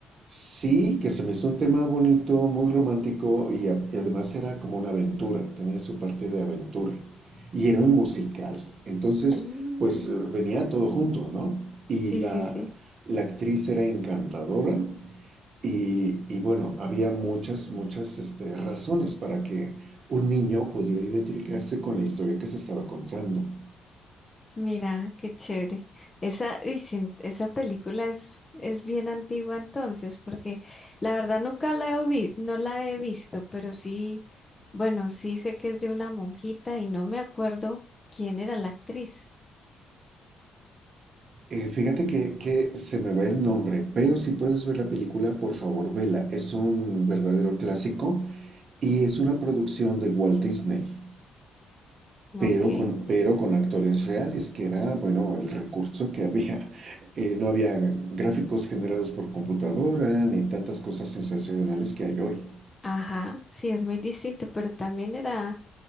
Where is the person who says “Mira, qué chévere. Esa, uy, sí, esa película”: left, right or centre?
Left